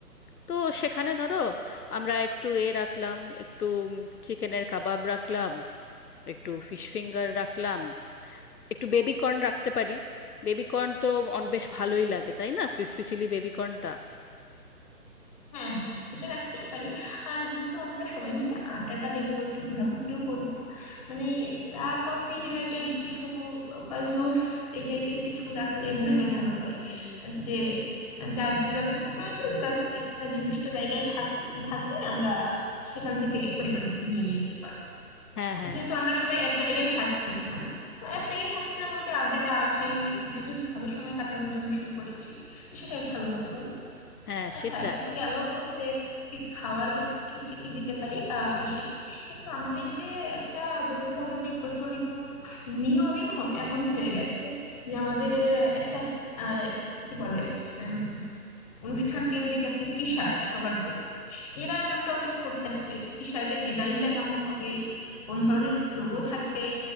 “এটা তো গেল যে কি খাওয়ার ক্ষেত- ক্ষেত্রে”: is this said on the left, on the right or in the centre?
Left